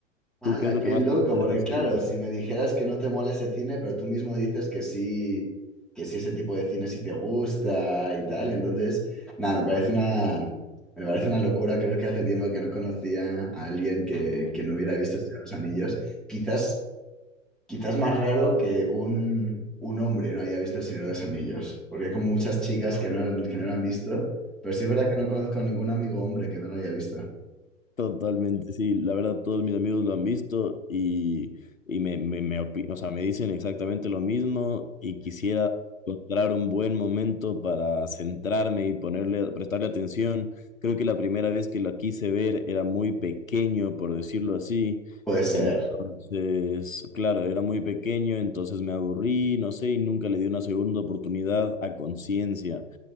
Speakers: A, in the centre; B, on the left (about 85°).
A: ¡Hala,
B: ¿Tú qué es lo
A: qué
B: que más
A: loco!
B: te gusta
A: Porque
B: de esa serie?
A: claro, si me dijeras que no te mola ese cine, pero tú mismo dices que sí, que sí ese tipo de cine sí te gusta y tal, entonces, nada, me parece una, me parece una locura. Creo que hace tiempo que no conocía a alguien que, que no hubiera visto El Señor de los Anillos. Quizás Quizás más raro que un, un hombre no haya visto El Señor de los Anillos, porque hay como muchas chicas que no, que no lo han visto, pero sí es verdad que no conozco a ningún amigo hombre que no lo haya visto.
B: Totalmente, sí. La verdad, todos mis amigos lo han visto y, y me, me, me opi- o sea, me dicen exactamente lo mismo y quisiera encontrar un buen momento para centrarme y ponerle, prestarle atención. Creo que la primera vez que lo quise ver era muy pequeño, por decirlo así.
A: Puede ser.
B: Entonces, claro, era muy pequeño, entonces me aburrí, no sé, y nunca le di una segunda oportunidad a conciencia.